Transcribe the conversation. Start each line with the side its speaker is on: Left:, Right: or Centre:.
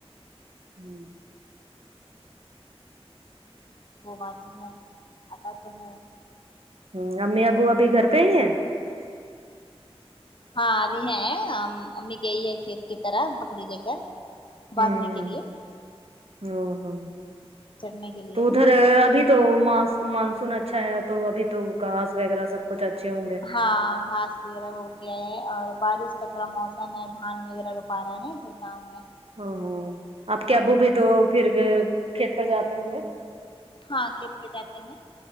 Right: ہوں
Left: ببا تو ہے آتا تو ہے
Right: ہمم امی ابو ابھی گھر پہ ہی ہیں <inaudible>
Left: ہاں ابھی ہے امی گئی ہے کھیت کی طرح بکڑی لے کر باندھنے
Right: ہمم
Left: کے لیے
Right: او ہو
Left: چڑھنے کے لیے
Right: تو ادھر
Left: ہے نا
Right: ابھی تو مانسون اچھا ہے تو ابھی تو گاس وغیرہ سب کچھ اچھے ہوں گے
Left: ہاں گھاس وغیرہ ہو گیا ہے اور بارش کا تھوڑا موسم ہے دھان وغیرہ ر پارن ہے درگاؤں میں
Right: ہاں ہاں آپ کے ابو بھی تو پھر کھیت پر جاتے ہوں گے
Left: ہاں کھیت پہ جاتے ہیں